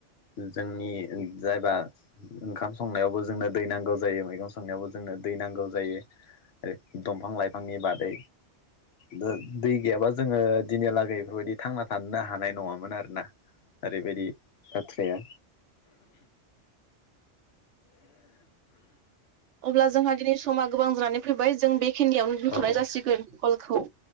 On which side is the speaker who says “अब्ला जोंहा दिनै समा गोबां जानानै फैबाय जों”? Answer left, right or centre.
Right